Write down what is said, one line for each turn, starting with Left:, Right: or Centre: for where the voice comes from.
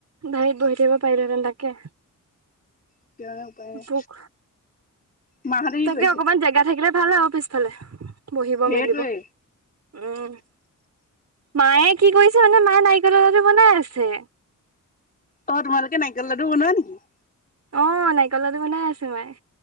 Right: বাহিৰত বহি থাকিব পাৰিলোঁ হেতেন তাকে।
Left: এতিয়া মানে উপায় নাই
Right: ভোক
Left: মাহঁতে কি
Right: তাকে
Left: কৰিছে
Right: অকমান জেগা থাকিলে। ফালে আৰু পিছফালে বহিব
Left: সেইটোৱে
Right: মেলিব উম। মায়ে কি কৰিছে মানে মায়ে নাৰিকলৰ লাডু বনাই আছে।
Left: অ, তোমালোকে নাৰিকল লাডু বনোৱা নেকি?
Right: অ, নাৰিকল লাডু বনাই আছো মই।